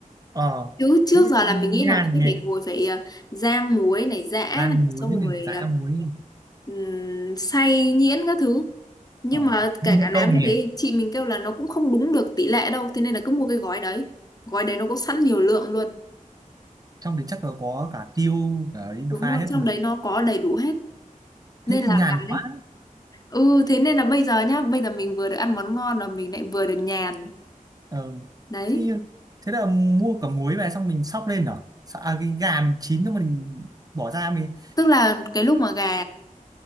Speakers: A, on the right; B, on the left.
A: ờ
B: chứ trước
A: thế
B: giờ
A: thì
B: là mình nghĩ
A: nhàn
B: là mình
A: nhỉ
B: phải ngồi phải ờ, rang muối này giã
A: ra
B: này
A: muối
B: xong
A: này
B: rồi
A: dã
B: ờ,
A: muối này.
B: ừm, xay nhuyễn các thứ nhưng
A: ờ
B: mà
A: thế
B: kể
A: mất
B: cả làm
A: công
B: như
A: nhỉ
B: thế chị mình kêu là nó cũng không đúng được tỷ lệ đâu thế nên là cứ mua cái gói đấy gói đấy nó có sẵn nhiều lượng luôn
A: trong đấy chắc là có cả tiêu cả Indophile
B: đúng rồi
A: hết
B: trong
A: cho mình
B: đấy nó có đầy đủ hết
A: thế
B: nên
A: thì
B: là
A: nhàn
B: cái
A: quá
B: Ừ thế nên là bây giờ nhá Bây giờ mình vừa được ăn món ngon Và mình lại vừa được nhàn
A: ờ.
B: Đấy
A: thế như thế là mua cả muối về xong mình xóc lên rồi à, cái gà mình chín cho mình bỏ ra mình
B: Tức là cái lúc mà gà